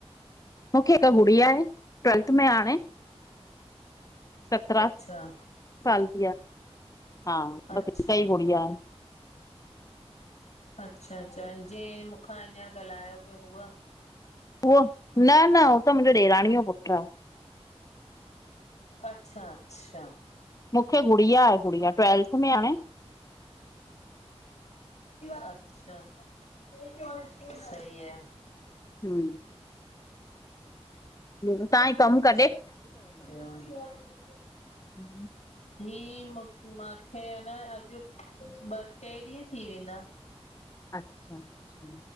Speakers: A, on the left; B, on the left.
A: मूंखे हिकु गुड़ी आहे ट्वेल्थ में आणे। सत्रहं
B: अच्छा
A: साल जी आ। हा
B: अच्छा
A: बस हिक ई गुड़िया।
B: अच्छा- अच्छा जीअं मूंखां हींअर ॻाल्हायो बि हुआ?
A: उहो न- न हो त मुंहिंजो ॾेराणीअ जो पुटु आ।
B: अच्छा -अच्छा।
A: मूंखे गुड़िया आहे गुड़िया ट्वेल्थ में हाणे।
B: अच्छा सही आहे।
A: हूं। तव्हां ई कमु कॾे
B: हुयो?
A: <inaudible>
B: हीअ माखे आहे न अॼु ॿ टे ॾींहं थी वेंदा।
A: अच्छा- अचछा